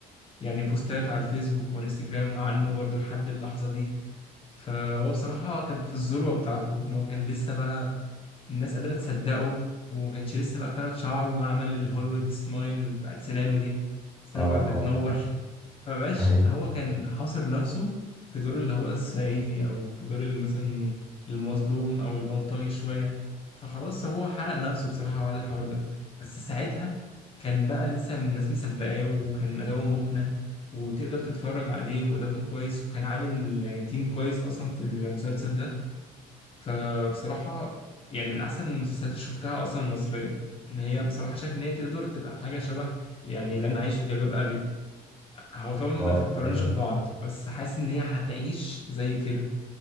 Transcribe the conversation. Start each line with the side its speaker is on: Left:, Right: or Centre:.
Left: يعني بوستات على الفيسبوك وانستجرام عنه برضه لحد اللحظة دي فهو بصراحة كان في الذروة بتاعته إن هو كان لسه بقى الناس قادرة تصدقه وما كانش لسه بقى فرد شعره وعمل الهوليوود سمايل بتاعت سنانه دي سنانه
Centre: اه
Left: بقت بتنور
Centre: اه
Left: <laughs> فبقاش
Centre: ايوه
Left: هو كان حاصر نفسه في دور اللي هو الصعيدي او في دور اللي مثلا المظلوم او البلطجي شويه فخلاص هو حرق نفسه بصراحه بعد الحوار ده بس ساعتها كان بقى لسه الناس مصدقاه وكان اداؤه مقنع وتقدر تتفرج عليه واداؤه كان كويس وكان عامل يعني تيم كويس اصلا في المسلسل ده فبصراحة يعني من أحسن المسلسلات اللي شفتها أصلا المصرية إن هي بصراحة شايف إن هي تقدر تبقى حاجة شبه يعني لن أعيش في جلباب أبي هو طبعا
Centre: اه
Left: ما تتقارنش
Centre: تمام
Left: ببعض بس حاسس إن هي هتعيش زي كده